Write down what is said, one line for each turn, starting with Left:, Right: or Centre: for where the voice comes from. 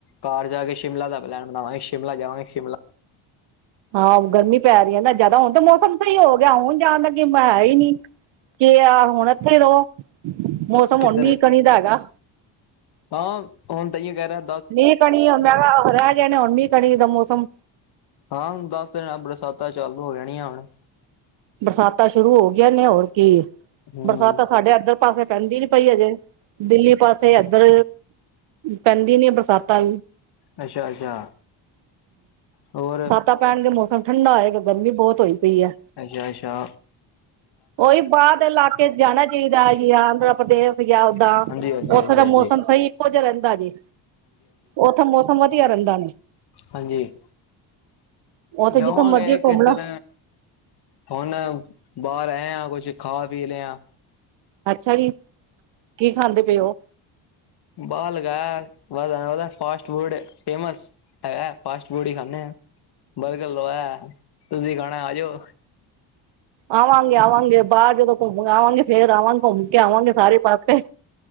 Left: ਘਰ ਜਾਕੇ ਸ਼ਿਮਲਾ ਦਾ ਪਲੈਨ ਬਣਾਵਾਂਗੇ, ਸ਼ਿਮਲਾ ਜਾਵਾਂਗੇ ਸ਼ਿਮਲਾ।
Right: ਹਾਂ, ਗਰਮੀ ਪੈ ਰਹੀ ਹੈ ਨਾ ਜਿਆਦਾ, ਹੁਣ ਤੇ ਮੌਸਮ ਸਹੀ ਹੋਗਿਆ, ਹੁਣ ਜਾਣ ਦਾ ਗ ਹੈਹੀ ਨੀ। ਕੇ, ਆ ਹੁਣ ਇੱਥੇ ਰਹੋ, ਮੌਸਮ
Left: ਕਿੱਧਰ
Right: ਹੁਣ ਮੀਂਹ, ਕਣੀ ਦਾ ਹੈਗਾ।
Left: ਹਾਂ, ਹੁਣ ਤਾਂਹੀਓ ਕਹਿ ਰਹਾ
Right: ਮੀਂਹ, ਕਣੀ ਮੈਂ ਕਿਹਾ ਰਹਿ ਗਣੇ ਨੇ, ਹੁਣ ਮੀਂਹ, ਕਣੀਦਾ ਮੌਸਮ।
Left: ਹਾਂ, ਹੁਣ ਦੱਸ ਦਿਨ ਬਰਸਾਤਾਂ ਚਾਲੂ ਹੋ ਜਾਣੀਆਂ, ਹੁਣ।
Right: ਬਰਸਾਤਾ ਸ਼ੁਰੂ ਹੋਗੀਆ ਨੇ ਹੋਰ ਕੀ,
Left: ਹੂੰ
Right: ਬਰਸਾਤਾ ਸਾਡੇ ਇੱਧਰ ਪਾਸੇ ਪੈਂਦੀ ਨੀ ਪਈ ਹਜੇ, ਦਿੱਲੀ ਪਾਸੇ ਇੱਧਰ ਪੈਂਦੀ ਨੀ ਬਰਸਾਤਾਂ,
Left: ਅੱਛਾ, ਅੱਛਾ, ਹੋਰ,
Right: ਬਰਸ਼ਾਤਾਂ ਪੈਣਗੀਆ ਮੌਸਮ ਠੰਡਾ ਆਏਗਾ ਗਰਮੀ ਬਹੁਤ ਹੋਈ ਪਈ ਆ।
Left: ਅੱਛਾ, ਅੱਛਾ।
Right: ਉਹੀ ਬਾਹਰ ਦੇ ਇਲਾਕੇ ਜਾਣਾ ਚਾਹੀਦਾ ਹੈ, ਜੀ ਆਂਦਰਾਂ ਪ੍ਰਦੇਸ਼, ਓਦਾਂ
Left: ਹਾਂਜੀ-ਹਾਂਜੀ-ਹਾਂਜੀ-ਹਾਂਜੀ
Right: ਉੱਥੇ ਦਾ ਮੌਸਮ ਸਹੀ ਇੱਕੋ ਜਿਹਾ ਰਹਿੰਦਾ ਜੇ, ਉੱਥੇ ਮੌਸਮ ਵਧੀਆ ਵਧੀਆ ਰਹਿੰਦਾ।
Left: ਹਾਂਜੀ,
Right: ਉੱਥੇ
Left: ਜਾਵਾਂਗੇ
Right: ਜਿੱਥੋਂ ਮਰਜ਼ੀ ਘੁੰਮ
Left: ਕਿੱਧਰ
Right: ਲਓ
Left: ਹੁਣ, ਬਾਹਰ ਆਏ ਹਾਂ ਕੁੱਛ ਖਾ ਪੀ ਲਿਆ।
Right: ਅੱਛਾ ਜੀ, ਕੀ ਖਾਂਦੇ ਪਏ ਹੋ?
Left: ਬਾਹਰ ਲਗਾ ਉਹਦਾ ਫਾਸਟ ਫੂਡ ਫੇਮਸ। ਹੈਗਾ ਫਾਸਟ ਫੂਡ ਹੀ ਖਾਂਦੇ ਆ, ਬਰਗਰ ਲੋ ਹੈ, ਤੁਸੀਂ ਖਾਣਾ ਆਜੋ।
Right: ਆਵਾਂਗੇ ਆਵਾਂਗੇ ਬਾਹਰ ਜਦੋਂ ਘੁੰਮ ਆਵਾਂਗੇ, ਫੇਰ ਆਵਾਂਗੇ ਘੁੰਮ ਕੇ ਆਵਾਂਗੇ ਸਾਰੇ ਪਾਸੇ।